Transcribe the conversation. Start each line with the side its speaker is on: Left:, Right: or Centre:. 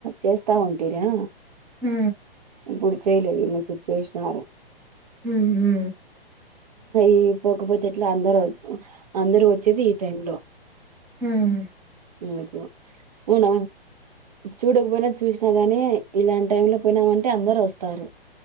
Right: చేస్తా ఉంటిరా
Centre: హు
Right: పడుచ్చేలే పడి విషారం
Centre: ఉహుం హు
Right: ఈ పోకపోతే ఎట్లా అందరు అందరు వచ్చేది ఈ టైంలో
Centre: ఉమ్
Right: ఇకు అవున చూడకపోయినా చూసినా గాని ఇలాంటి టైంలో పోయినామంటే అందరు వస్తారు